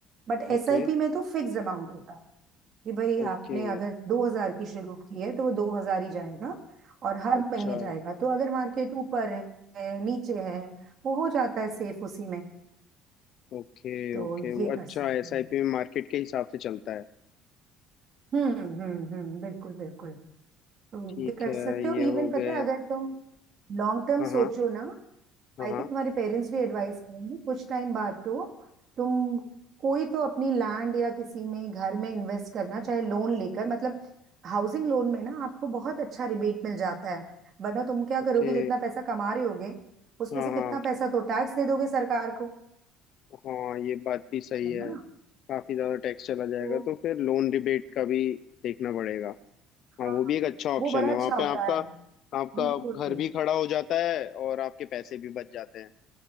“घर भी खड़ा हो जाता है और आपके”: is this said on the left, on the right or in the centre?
Left